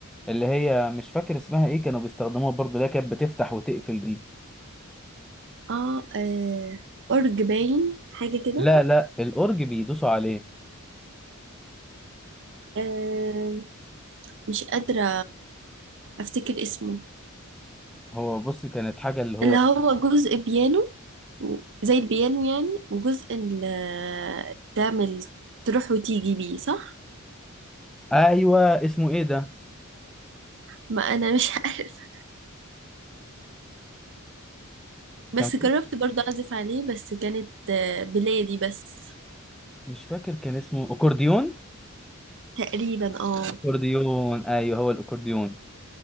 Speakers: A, in the centre; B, on the right.
A: اللي هي مش فاكر اسمها ايه كانوا بيستخدموها برضو اللي هي كانت بتفتح وتقفل دي
B: اه آه، ارج باين حاجه كده
A: لا لا الأورج بيدوسوا عليه
B: آه مش قادره افتكر اسمه
A: هو بص كانت حاجة اللي هو
B: اللي هو جزء بيانو و- زي البيانو يعني وجزء اللي تعمل تروح وتيجي بيه صح
A: ايوه اسمه ايه ده
B: ما انا مش <laughs> عارفه بس
A: كان
B: جربت
A: في
B: برضه اعزف عليه بس كانت آه، بلادي بس
A: مش فاكر كان اسمه اكورديون
B: تقريبا اه
A: اكورديون ايوه هو الاكورديون